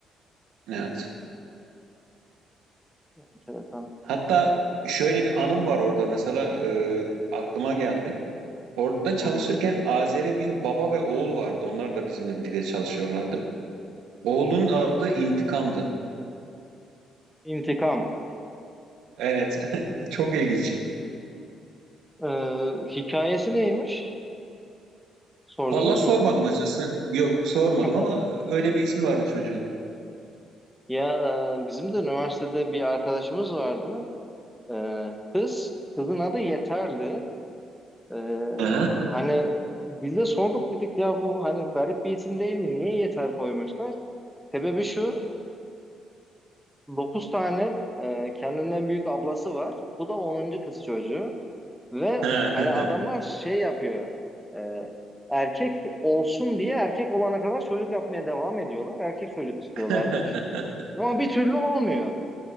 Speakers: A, on the right (about 80°); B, in the centre.
A: Evet.
B: Enteresan.
A: Hatta şöyle bir anım var orada mesela e, aklıma geldi. Orada çalışırken
B: Hı hı.
A: Azeri bir baba ve oğul vardı. Onlar da bizimle birlikte çalışıyorlardı. Oğlun adı İntikam'dı.
B: İntikam.
A: Evet, <laughs> çok ilginç.
B: Ee, hikayesi neymiş? Sordunuz
A: Vallahi sormadım
B: mu?
A: açıkçası. Yok sormadım
B: <laughs>
A: ama öyle bir ismi vardı çocuğun.
B: Ya e, bizim de üniversitede bir arkadaşımız vardı. Ee, kız, kızın adı Yeter'di. Ee,
A: Hı
B: hani biz de sorduk dedik ya bu hani garip bir isim değil mi? Niye Yeter koymuşlar? Sebebi şu. dokuz tane e, kendinden büyük ablası var. Bu da onuncu kız çocuğu. Ve
A: hı.
B: hani adamlar
A: <laughs>
B: şey yapıyor. e, erkek olsun diye erkek olana kadar çocuk yapmaya devam ediyorlar. Erkek çocuk istiyorlarmış.
A: <laughs>
B: Ama bir türlü olmuyor.